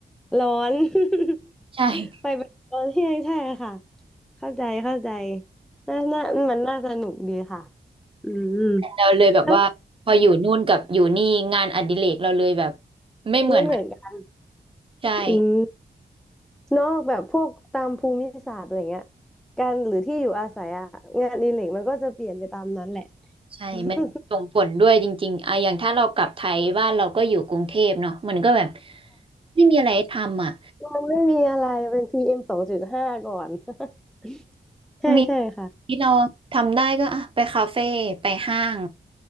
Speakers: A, in the centre; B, on the right.
A: ร้อน <laughs>
B: ใช่
A: ไปเป็นตอนเที่ยงใช่ค่ะเข้าใจเข้าใจน่าน่ามันน่าสนุกดีค่ะอืม
B: เราเลยแบบว่าพออยู่นู่นกับอยู่นี่งานอดิเรกเราเลยแบบ
A: แล้ว
B: ไม่เหมือนกัน
A: ไม่เหมือนกัน
B: ใช่
A: อืมนอกแบบพวกตามภูมิศาสตร์อะไรเงี้ยการหรือที่อยู่อาศัยอะงานอดิเรกมันก็จะเปลี่ยนไปตามนั้นแหละ
B: ใช่มันส่งผลด้วยจริงๆอะอย่างถ้าเรากลับไทยบ้านเราก็อยู่กรุงเทพเนาะมันก็แบบ
A: <laughs>
B: ไม่มีอะไรทำอ่ะ
A: มันไม่มีอะไรเป็น PM สองจุดห้าก่อน <laughs> ใช่ใช่ค่ะ
B: มีที่เราทำได้ก็อ่ะไปคาเฟ่ไปห้าง